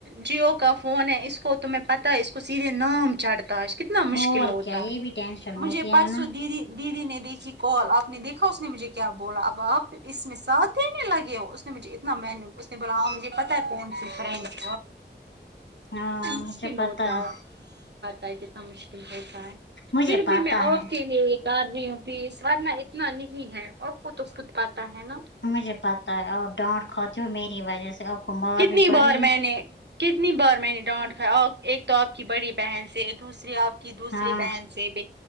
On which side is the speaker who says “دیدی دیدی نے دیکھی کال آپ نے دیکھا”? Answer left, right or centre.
Right